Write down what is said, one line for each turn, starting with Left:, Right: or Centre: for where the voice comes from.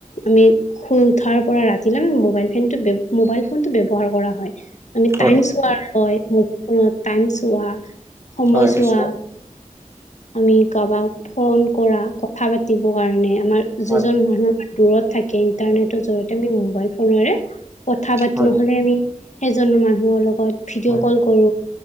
Left: আমি শুই উঠাৰ পৰা ৰাতিলে আ বহত মবালইফোনো টো মবালই ফোন টো ব্যৱহাৰ কৰা হয় আৰু
Right: হয়
Left: টাইমছ চোৱা হয়। টাইম চোৱা সময়
Right: হয় নিশ্চয়
Left: চোৱা আমি কাৰবাক ফোন কৰা কথা পাতিব কাৰণে আমাৰ
Right: হয়
Left: যিজন মানুহ আমাৰ দূৰত থাকে ইন্টাৰনেটৰ জৰিয়তে আমি মোবাইল ফোনেৰে কথা পাতো
Right: হয়
Left: নহ'লে আমি সেইজন মানুহৰ লগত ভিডিঅ'
Right: হয়।
Left: কল কৰো